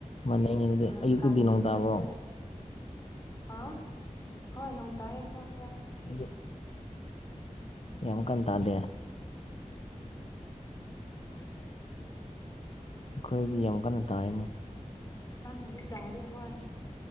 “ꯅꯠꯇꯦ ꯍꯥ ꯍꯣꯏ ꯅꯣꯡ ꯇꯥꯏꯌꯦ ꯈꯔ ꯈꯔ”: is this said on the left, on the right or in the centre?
Left